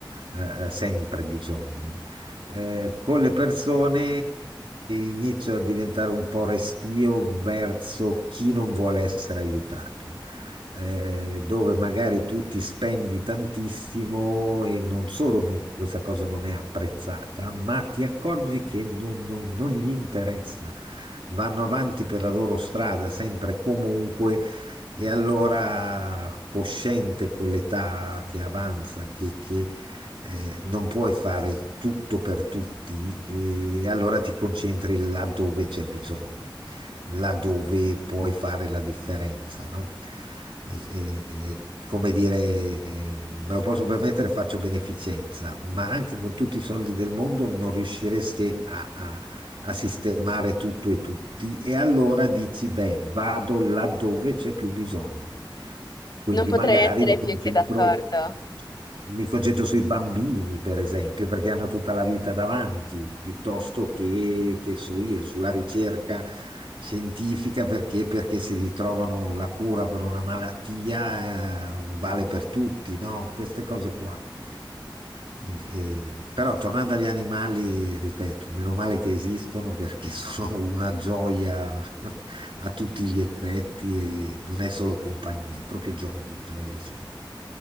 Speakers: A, on the right (about 85°); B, on the left (about 55°).
A: eh, sempre bisogno. Eh, con le persone inizio a diventare un po' restio verso chi non vuole essere aiutato eh, dove magari tu ti spendi tantissimo e non solo non- questa cosa non è apprezzata, ma ti accorgi che non, non- non gli interessa. Vanno avanti per la loro strada, sempre e comunque, e allora cosciente con l'età che avanza, che, che, eh, non puoi fare tutto per tutti, e allora ti concentri là dove c'è bisogno laddove puoi fare la differenza, no? E- e- e- come dire, eh, me lo posso permettere, faccio beneficenza, ma anche con tutti i soldi del mondo non riusciresti a, a sistemare tutto e tutti e allora dici, beh, vado laddove c'è più bisogno. Quindi
B: Non potrei
A: magari
B: essere
A: mi
B: più
A: concentro,
B: che d'accordo.
A: mi concentro sui bambini, per esempio, perché hanno tutta la vita davanti, piuttosto che, che so io, sulla ricerca scientifica, perché? Perché se vi trovano la cura per una malattia, eh, vale per tutti, no? Queste cose qua. E- e- Però tornando agli animali, ripeto, meno male che esistono perché <laughs> sono una gioia a tutti gli effetti e non è solo compagnia, è proprio gioia, gioia, gioia.